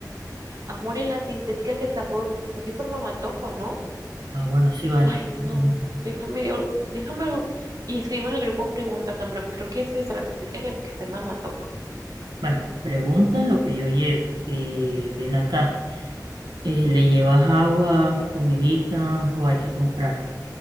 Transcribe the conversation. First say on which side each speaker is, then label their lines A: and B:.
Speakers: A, on the right; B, on the right.
A: Amor, en la sintética que está por, creo que por Mamá Toco, ¿no?
B: Ah, bueno, sí, vale.
A: Ay, no,
B: Mm,
A: déjame, déjame, y escriban en el grupo preguntando, pero creo que es esa, la sintética que, que está en Mamá Toco.
B: Bueno, pregunta lo que yo llevo. Eh, ven acá. Eh, ¿le llevas agua, comidita o hay que comprar?